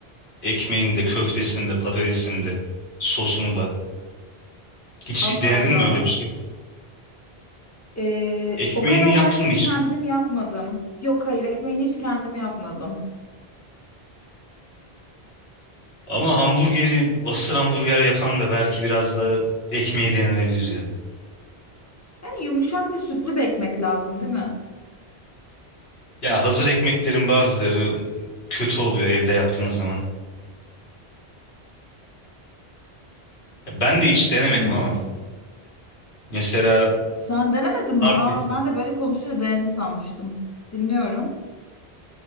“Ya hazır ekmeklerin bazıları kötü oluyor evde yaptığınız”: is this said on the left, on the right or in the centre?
Left